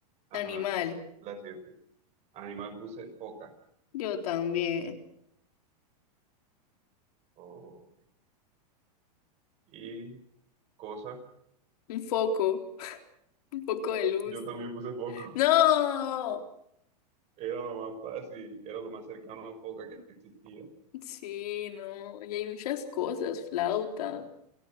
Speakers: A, on the right; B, on the left.
A: Ajá.
B: Animal.
A: La siete. Animal puse foca.
B: Yo también.
A: Oh, Y cosa.
B: Un foco. Un poco de luz.
A: Yo también puse foco.
B: No,
A: Era lo más fácil. Era lo más cercano a foca que existía.
B: sí, no, y hay muchas cosas, flauta,